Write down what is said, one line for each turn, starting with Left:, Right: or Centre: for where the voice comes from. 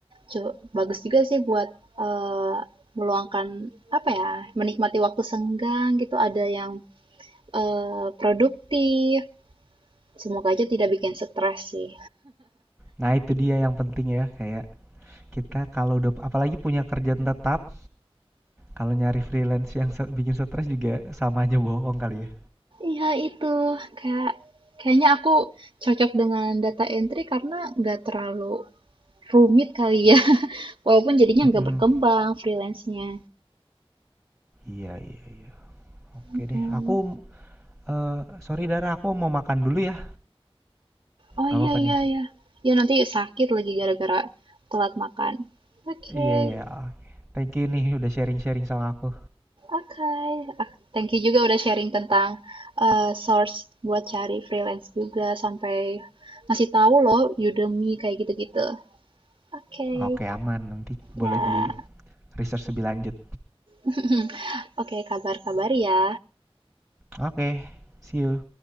Right: Cu bagus juga sih buat, eee, meluangkan, apa ya, menikmati waktu senggang gitu, ada yang, eee, produktif, semoga aja tidak bikin stres sih.
Centre: Nah, itu dia yang penting ya, kayak kita kalau udah apalagi punya kerjaan tetap, kalau nyari freelance yang se- bikin stres juga sama aja bohong kali ya.
Right: Iya itu, kayak kayaknya aku cocok dengan data entry karena nggak terlalu rumit kali ya, <laughs> walaupun jadinya
Centre: Mm-mm.
Right: nggak berkembang freelance-nya.
Centre: Iya iya iya. Oke
Right: Mmm,
Centre: deh, aku eh sorry Dara, aku mau makan dulu ya.
Right: oh
Centre: Gak
Right: iya
Centre: apa-apa
Right: iya
Centre: nih.
Right: iya. ya nanti sakit lagi gara-gara telat makan. Oke.
Centre: Iya, iya. Oke. Thank you nih udah sharing-sharing sama aku.
Right: Oke, ah, thank you juga udah sharing tentang eh, source buat cari freelance juga sampai ngasih tahu loh Udemy kayak gitu-gitu. Oke,
Centre: Oke, aman. Nanti boleh
Right: ya.
Centre: di research lebih lanjut.
Right: <laughs> Oke, kabar-kabar ya.
Centre: Oke, see you.